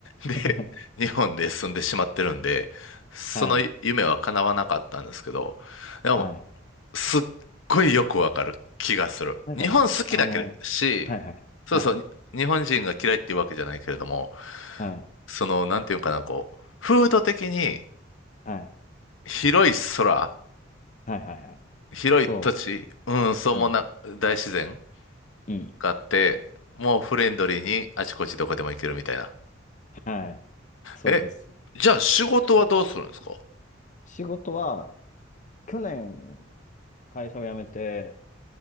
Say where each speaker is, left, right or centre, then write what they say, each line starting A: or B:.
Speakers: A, on the left; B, on the left.
A: <laughs> で、
B: い。<laughs>
A: 日本で住んでしまってるんで、その夢は叶わなかったんですけど、
B: はい。
A: でも、
B: はい。
A: すっごいよくわかる気がする。
B: なんかね、
A: 日本好きだけし、
B: あの、はいはい、
A: そうそう、
B: はい、
A: に日本人が嫌いっていうわけじゃないけれども、
B: はい、
A: その、なんていうかな、こう、風土的に
B: はい、
A: 広い空、
B: はい、はい、はい、
A: 広い土地、
B: そ
A: うん、そうもな、
B: う、うん、
A: 大自然
B: うん、
A: があって、もうフレンドリーにあちこちどこでも行けるみたいな。
B: うんはい、それです。
A: え、じゃあ仕事はどうするんですか
B: 仕事は、去年、会社を辞めて、